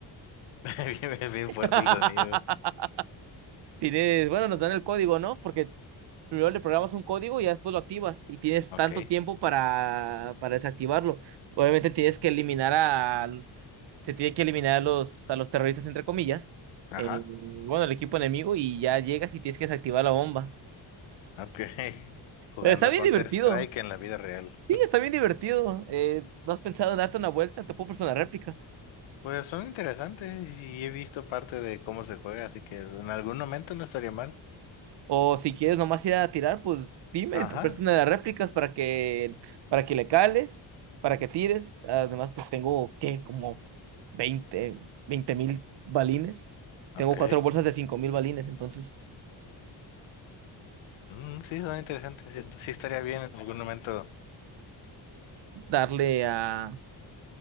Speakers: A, on the left; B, on the right.
A: <laughs> Bien, es bien
B: <laughs>
A: fuerte el sonido.
B: Tienes, bueno, nos dan el código, ¿no? Porque Primero le programas un código y ya después lo activas y tienes
A: Ok,
B: tanto tiempo para, para desactivarlo. Obviamente tienes que eliminar a, se tiene que eliminar a los, a los terroristas, entre comillas,
A: ajá,
B: eh, bueno, el equipo enemigo y ya llegas y tienes que desactivar la bomba.
A: ok. <laughs> Jugando
B: Eh, Está bien
A: Counter
B: divertido.
A: Strike en la vida real. <laughs>
B: Sí, está bien divertido. Eh, ¿no has pensado en darte una vuelta? Te puedo prestar una réplica.
A: Pues son interesantes y he visto parte de cómo se juega, así que en algún momento no estaría mal.
B: O si quieres nomás ir a tirar, pues dime,
A: Ajá,
B: te presto una de las réplicas para que, para que le cales, para que tires. Además, pues tengo, ¿qué? Como 20 20 mil balines.
A: ok.
B: Tengo cuatro bolsas de cinco mil balines, entonces
A: Mm, sí, son interesantes. Sí, sí estaría bien en algún momento.
B: darle a,